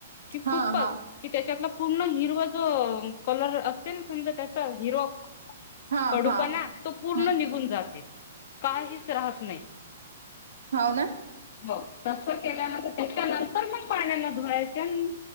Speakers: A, on the left (about 50°); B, on the right (about 75°).
A: कि
B: हा
A: खूपचं
B: हा
A: की त्याच्यात पूर्ण हिरवा जो कलर असते ना, समजा त्यात हिरोप
B: हा
A: कडूपणा
B: हा
A: तो पूर्ण
B: हम्म
A: निघून, जाते काहीच राहत नाही.
B: हो ना
A: हो तसं केल्यानंतर त्याच्या नंतर मग पाण्यान धुवायचन आणि